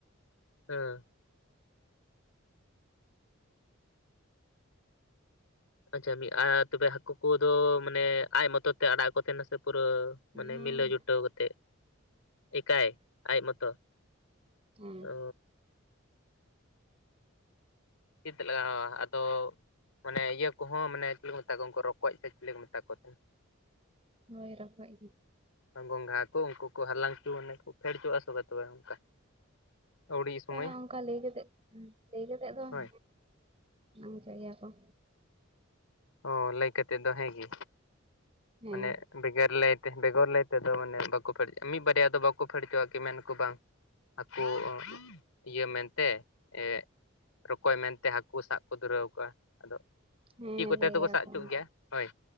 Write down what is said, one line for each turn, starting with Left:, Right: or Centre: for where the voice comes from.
Left: ᱦᱮᱸ ᱟᱪᱪᱷᱟ ᱢᱤᱫ ᱟᱨ ᱛᱚᱵᱮ ᱦᱟᱹᱠᱩ ᱠᱚᱫᱚ ᱢᱟᱱᱮ ᱟᱡ ᱢᱚᱛᱚ ᱛᱮ ᱟᱲᱟᱜ ᱠᱚ ᱛᱟᱦᱮᱱᱟ ᱥᱮ ᱯᱩᱨᱟᱹ ᱢᱟᱱᱮ
Right: ᱦᱮᱸ
Left: ᱢᱤᱞᱟᱹᱣ ᱡᱩᱴᱟᱹᱣ ᱠᱟᱛᱮᱜ ᱮᱠᱟᱭ ᱟᱡ ᱢᱚᱛᱚ
Right: ᱦᱮᱸ
Left: ᱚᱻ <unintelligible> ᱟᱫᱚ ᱢᱟᱱᱮ ᱤᱭᱟᱹ ᱠᱚᱦᱚᱸ ᱢᱟᱱᱮ ᱪᱤᱞᱤ ᱠᱚ ᱢᱮᱛᱟ ᱠᱚᱣᱟ ᱩᱱᱠᱩ ᱨᱚᱠᱚᱡ ᱥᱮ ᱪᱤᱞᱤ ᱠᱚ ᱢᱮᱛᱟ ᱠᱚ ᱛᱟᱦᱮᱱ?
Right: ᱦᱳᱭ ᱨᱚᱠᱚᱡ ᱜᱮ ᱾
Left: ᱜᱚᱸᱜᱷᱟ ᱠᱩ ᱩᱱᱠᱩ ᱠᱩ ᱦᱟᱞᱟᱝ ᱩᱪᱩ ᱢᱟᱱᱮ ᱠᱩ ᱯᱷᱮᱰ ᱦᱚᱪᱚᱣᱟ ᱥᱮ ᱵᱟ ᱛᱚᱵᱮ ᱚᱱᱠᱟ? ᱟᱹᱣᱲᱤ ᱥᱚᱢᱚᱭ
Right: ᱵᱟᱝᱟ ᱚᱱᱠᱟ ᱞᱟᱹᱭ ᱠᱟᱛᱮᱫ ᱞᱟᱹᱭ ᱠᱟᱛᱮᱫ ᱫᱚ ᱦᱮᱸ
Left: ᱦᱳᱭ
Right: ᱦᱟᱞᱟᱝ ᱦᱚᱪᱚᱭ ᱜᱮᱭᱟ ᱠᱚ ᱾
Left: ᱚ ᱞᱟᱹᱭ ᱠᱟᱛᱮᱫ ᱫᱚ ᱦᱮᱸ ᱜᱤ,
Right: ᱦᱮᱸ
Left: ᱢᱟᱱᱮ ᱵᱮᱜᱟᱨ ᱞᱟᱹᱭᱛᱮ ᱵᱮᱜᱚᱨ ᱞᱟᱹᱭ ᱛᱮᱫᱚ ᱢᱟᱱᱮ ᱵᱟᱠᱩ ᱯᱷᱮᱰ ᱦᱚᱪᱚᱣᱟ, ᱢᱤᱫ ᱵᱟᱨᱭᱟ ᱫᱚ ᱵᱟᱠᱚ ᱯᱷᱮᱰ ᱦᱚᱪᱚᱣᱟᱜᱼᱟ ᱠᱤ ᱢᱮᱱᱟᱠᱩ ᱵᱟᱝ ᱾ ᱦᱟᱹᱠᱩ ᱤᱭᱟᱹ ᱢᱮᱱᱛᱮ ᱮ ᱨᱚᱠᱚᱡ ᱢᱮᱱᱛᱮ ᱦᱟᱹᱠᱩ ᱥᱟᱵ ᱠᱚ ᱫᱷᱩᱨᱟᱹᱣ ᱠᱚᱜᱼᱟ, ᱟᱫᱚ
Right: ᱦᱮᱸ
Left: ᱛᱤ ᱠᱚᱛᱮ
Right: ᱞᱟᱹᱭ
Left: ᱫᱚᱠᱚ
Right: ᱜᱮᱭᱟ
Left: ᱥᱟᱵ
Right: ᱠᱚ
Left: ᱚᱪᱩ
Right: ᱚᱱᱠᱟ
Left: ᱜᱮᱭᱟ ᱾ ᱦᱳᱭ